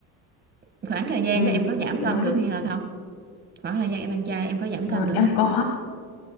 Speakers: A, on the right; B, on the left.
A: khoảng thời gian
B: ừ,
A: đó em có giảm
B: chị
A: cân
B: nói
A: được
B: đi
A: hay là không khoảng thời gian em ăn chay em có giảm cân
B: Ờ,
A: được
B: em
A: không
B: có